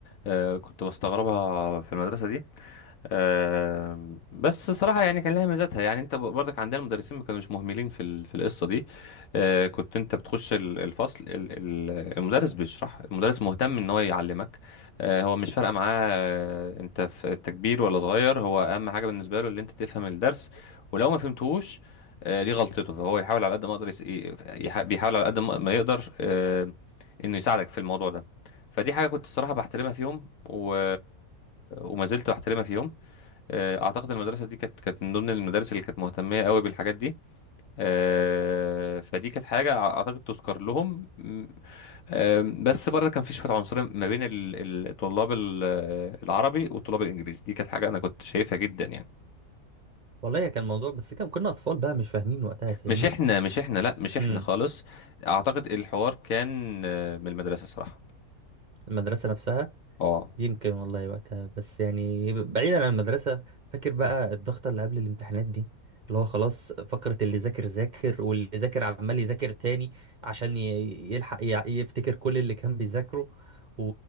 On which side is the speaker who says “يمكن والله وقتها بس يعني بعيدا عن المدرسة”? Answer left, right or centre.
Right